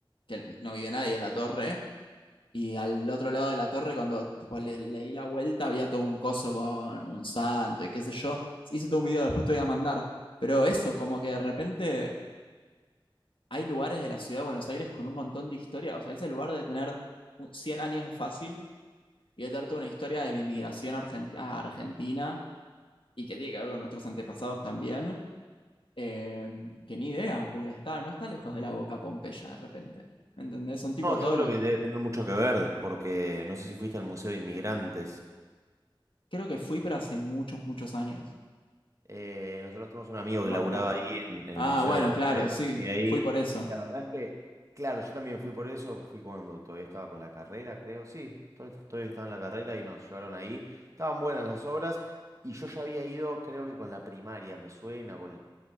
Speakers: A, on the left (about 70°); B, on the right (about 35°).
A: que no vive nadie en la torre, y al otro lado de la torre, cuando tipo, le, le di la vuelta, había todo un coso con un santo y qué sé yo. Hice todo un video, después te voy a mandar. Pero eso, como que de repente hay lugares de la ciudad de Buenos Aires con un montón de historia. O sea, ese lugar de tener un- 100 años fácil y de tener toda una historia de la inmigración argenti- a Argentina y que tiene que ver con nuestros antepasados también. eh, que ni idea, porque está, no está lejos de la boca Pompeya de repente. ¿me ¿Entendés? Son tipo
B: No, yo
A: todos
B: creo
A: los.
B: que debe tener mucho que ver, porque no sé si fuiste al Museo de Inmigrantes.
A: Creo que fui, pero hace muchos, muchos años.
B: Eh, nosotros tenemos un amigo
A: No
B: que
A: me
B: laburaba
A: acuerdo.
B: ahí en, en
A: Ah,
B: el Museo
A: bueno,
B: de la UNTEP
A: claro, sí,
B: y ahí,
A: fui por eso.
B: la verdad es que, claro, yo también fui por eso, fui cuando todavía estaba con la carrera, creo, sí, todavía, todavía estaba en la carrera y nos llevaron ahí. Estaban buenas las obras y yo ya había ido, creo que con la primaria, me suena, con